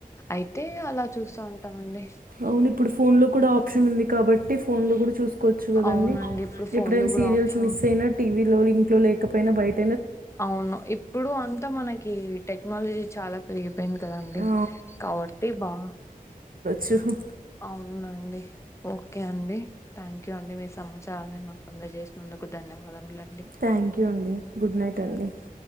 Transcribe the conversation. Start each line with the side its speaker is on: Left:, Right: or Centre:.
Left: అయితే అలా చూస్తూ ఉంటామండి.
Right: అవును ఇప్పుడు ఫోన్ లో కూడా ఆప్షన్ ఉంది కాబట్టి ఫోన్ లో కూడా చూస్త చ్చు కదండి
Left: అవునండి ఇప్పుడు ఫోన్లు
Right: ఎప్పుడైనా
Left: కూడా
Right: సీరియల్స్
Left: ఆప్షన్
Right: మిస్ అయినా టీవీలో ఇంట్లో లో లేకపోయినా బయట
Left: అవును ఇప్పుడు అంతా మనకి టెక్నాలజీ చాలా పెరిగి పోయింది కదండి.
Right: ఆ,
Left: కాబట్టి బాగా
Right: చ్చు
Left: అవునండి. ఓకే అండి. థ్యాంక్ యూ అండి మీ సమాచారాన్ని నాకు అందజేసినదు కు ధన్యవాదములండి.
Right: థ్యాంక్ యూ అండి. గుడ్ నైట్ అండి.
Left: ఓకే